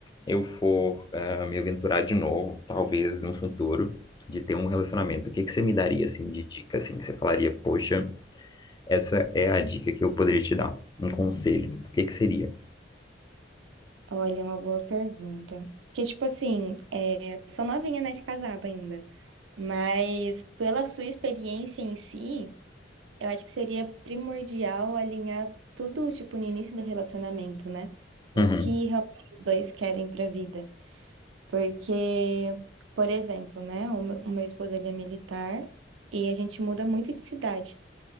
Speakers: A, on the left; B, on the right.
A: eu for eh, me aventurar de novo, talvez no futuro, de ter um relacionamento, o que que você me daria, assim, de dica, assim, que você falaria, poxa, essa é a dica que eu poderia te dar, um conselho, o que que seria?
B: Olha, é uma boa pergunta. Porque, tipo assim, é, sou novinha, né, de casada ainda. Mas pela sua experiência em si, eu acho que seria primordial alinhar tudo, tipo, no início do relacionamento, né? O
A: Uhum,
B: que realmente os dois querem pra vida. Porque, por exemplo, né, o meu, o meu esposo, ele é militar e a gente muda muito de cidade.